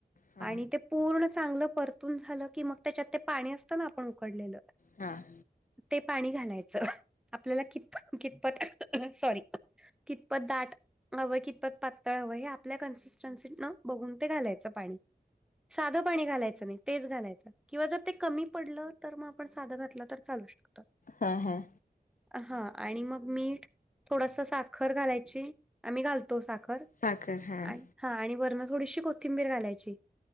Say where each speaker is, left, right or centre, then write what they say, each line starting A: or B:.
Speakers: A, on the left; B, in the centre.
A: हा
B: आणि ते पूर्ण चांगलं परत. तून झालं की मग त्याच्यात ते पाणी असतं ना आपण उकडलेलं
A: हां.
B: ते पाणी घालायचं. आपल्याला कित कितपत सॉरी. कितपत दाट हवंय कितपत पातळ हवं हे आपल्या कन्सिस्टन्सी न बघून ते घालाय. च पाणी. साध पाणी घालायचं नाही तेच घालायच किंवा जर ते कमी पडल तर मग आपण साध घातल तर चालू शकत.
A: हा हा
B: हा आणि मग मीठ थोडस साखर घालायची आम्ही घालतो साखर.
A: साखर हां.
B: आणि हा आणि वरण थोडीशी कोथिंबीर घालायची.